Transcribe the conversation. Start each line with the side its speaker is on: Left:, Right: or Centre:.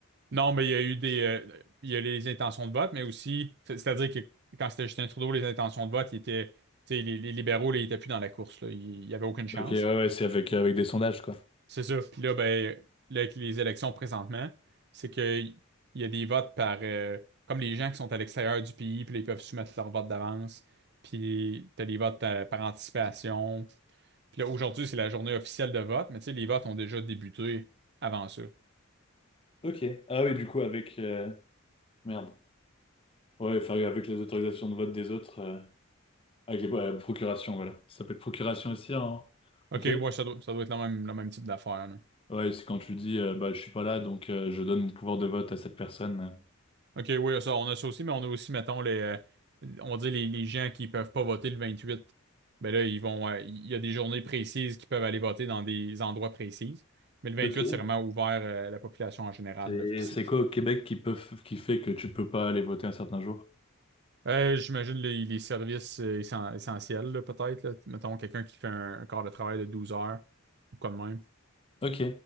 Right: Non, mais il y a eu des, euh, il y a les intentions de vote, mais aussi, c'est- c'est-à-dire que quand c'était Justin Trudeau, les intentions de vote, il était, tu sais, les, les libéraux, là, ils étaient plus dans la course, là, il n'y avait aucune chance.
Left: Ok, ouais, ouais, c'est avec, avec des sondages, quoi.
Right: C'est ça. Puis là, ben, là, avec les élections présentement, c'est que il y a des votes par euh, comme les gens qui sont à l'extérieur du pays, puis là, ils peuvent soumettre leur vote d'avance. Puis t'as des votes euh, par anticipation. Puis là, aujourd'hui, c'est la journée officielle de vote, mais tu sais, les votes ont déjà débuté avant ça.
Left: Ok. Ah oui, du coup, avec... euh, Merde. Ouais, enfin, avec les autorisations de vote des autres. euh, Avec les ouais, procuration, voilà. Ça s'appelle procuration aussi, hein,
Right: OK,
Left: au Québec?
Right: ouais, ça doit, ça doit être le même, le même type d'affaire, là.
Left: Ouais, c'est quand tu dis, euh, bah, je suis pas là, donc euh, je donne mon pouvoir de vote à cette personne.
Right: OK, oui, ça, on a ça aussi, mais on a aussi, mettons, les, euh, on dit les, les gens qui peuvent pas voter le 28. Ben là, ils vont, euh, il y a des journées précises qui peuvent aller voter dans des endroits précises. Mais le 28,
Left: Ok.
Right: c'est vraiment ouvert euh, à la population en général.
Left: C'est
Right: là. Puis c'est-
Left: c'est quoi au Québec qui peut, f- qui fait que tu peux pas aller voter un certain jour?
Right: euh, j'imagine les, les services euh, essen- essentiels, là, peut-être. là. Mettons, quelqu'un qui fait un, un quart de travail de 12 heures ou quoi de même.
Left: Ok.